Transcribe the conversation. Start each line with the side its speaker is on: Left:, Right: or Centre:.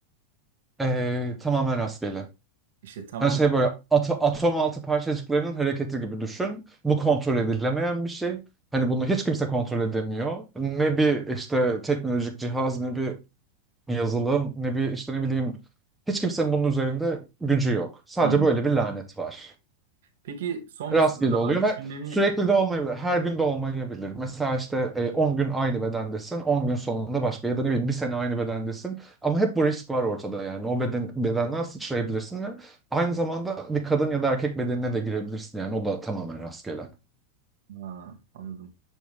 Centre: E, tamamen rastgele.
Right: İşte tamam
Centre: Hani şey böyle ato- atom altı parçacıklarının hareketi gibi düşün. Bu kontrol edilemeyen bir şey. Hani bunu hiç kimse kontrol edemiyor. Ne bir işte teknolojik cihaz, ne bir yazılım, ne bir işte ne bileyim hiç kimsenin bunun üzerinde gücü yok. Sadece
Right: Hmm.
Centre: böyle bir lanet var.
Right: Peki son
Centre: Rastgele
Right: bir soru daha
Centre: oluyor
Right: düşünmemi
Centre: ve sürekli de olmayabilir. Her gün de olmayabilir. Mesela işte e, 10 gün aynı bedendesin, 10 gün sonunda başka ya da ne bileyim bir sene aynı bedendesin. Ama hep bu risk var ortada yani. O beden, bedenden sıçrayabilirsin ve aynı zamanda bir kadın ya da erkek bedenine de girebilirsin yani. O da tamamen rastgele.
Right: Aa, anladım.